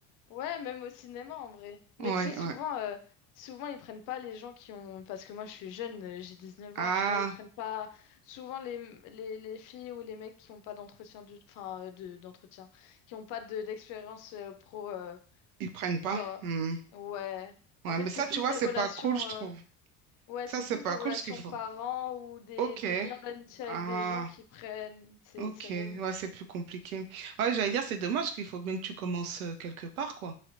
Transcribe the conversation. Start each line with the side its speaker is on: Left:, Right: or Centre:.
Left: Ouais, même au cinéma en vrai.
Right: Oui,
Left: Mais tu sais, souvent,
Right: oui.
Left: euh, souvent ils prennent pas les gens qui ont. Parce que moi je suis jeune, euh, j'ai neuf
Right: Ah,
Left: ans, tu vois, ils prennent pas souvent les, les, les filles ou les mecs qui ont pas d'entretien du... enfin, euh, de, d'entretien, qui ont pas de, d'expérience euh, pro. euh,
Right: ils prennent pas.
Left: genre,
Right: Hmm.
Left: euh, ouais.
Right: Ouais,
Left: En fait,
Right: mais
Left: c'est
Right: ça,
Left: plus
Right: tu vois,
Left: des
Right: c'est
Left: relations.
Right: pas cool, je
Left: euh,
Right: trouve.
Left: Ouais,
Right: Ça,
Left: c'est
Right: c'est
Left: plus
Right: pas
Left: des relations
Right: cool ce qu'il faut.
Left: parents ou des,
Right: Ok.
Left: des liens d'amitié
Right: Ah,
Left: avec des gens qui prennent. C'est
Right: ok.
Left: c'est relou.
Right: Ouais, c'est plus compliqué. Ouais, j'allais dire, c'est dommage qu'il faut bien que tu commences euh, quelque part, quoi.